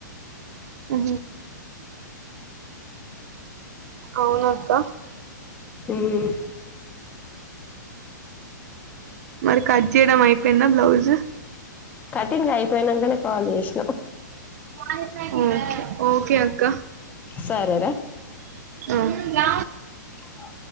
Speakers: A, on the right (about 55°); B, on the left (about 15°).
A: ఆ అవునక్క
B: ఉమ్
A: మరి కట్ చేయడం అయిపోయింద బ్లౌజు
B: కటింగ్ అయిపోయినంకనే కాల్ జేస్
A: ఓకే ఓకే అక్క
B: సరేరా
A: అ
B: ఆ